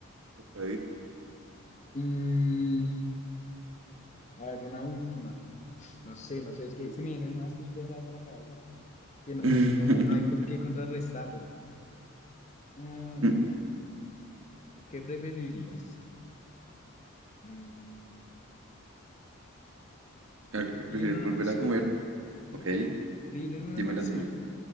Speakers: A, on the right; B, on the left.
A: ok.
B: Mm, a ver, una última. No sé, no sé, es que se me vienen unas muy pesadas a la cabeza que no,
A: <laughs>
B: no, no, no hay con qué contrarrestarlas. Ah,
A: Mm,
B: ¿qué preferirías? Mm,
A: A ver,
B: ¿vivir
A: ¿qué prefieres
B: en una
A: volver
B: mansión?
A: a comer?
B: Dime.
A: Ok,
B: ¿Vivir en una
A: dime
B: mansión?
A: la tuya.